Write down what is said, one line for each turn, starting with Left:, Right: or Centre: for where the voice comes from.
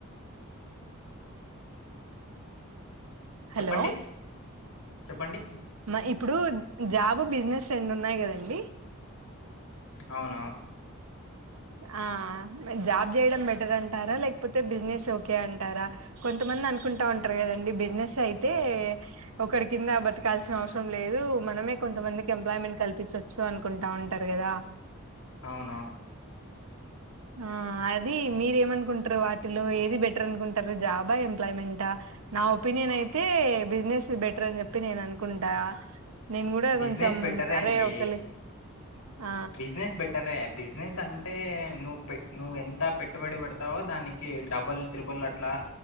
Right: హలో
Left: చెప్పండి చెప్పండి
Right: మా ఇప్పుడు జాబ్ బిజినె స్ రెండు ఉన్నాయి కదండి
Left: అవును
Right: ఆ లైక్ జాబ్ చేయడం బెటర్ అంటారా లేక్ కాపోతే బిజినెస్ ఓకే అంటారా కొంతమంది అనుకుంటా ఉంటారు కదండి బిజినెస్ అయితే ఒకరి కింద బతకాల్సిన అవసరం లేదు మనమే కొంతమందికి ఎంప్లాయ్మెంట్ కల్పించవచ్చు అనుకుంటా ఉంటారు క దా
Left: అవును
Right: ఆ అది మీరేమనుకుంటారు వాటిలో ఏది బెటర్ అనుకుంటారు జాబా ఎంప్లాయ్మెంటా నా ఒపీనియన్ అయితే బిజినెస్ బెటర్ అని చెప్పి నేను అనుకుంటా నేను కూడా
Left: బిజినెస్
Right: కొంచెం
Left: బెటరే
Right: అరే
Left: అండి
Right: ఒకలి ఆ
Left: బిజినెస్ బెటరే బిజినెస్ అంటే నువ్వు పె నువ్వ ఎంత పెట్టుబడి పెడతావో దానికి కి డబుల్ త్రిబుల్ అట్లా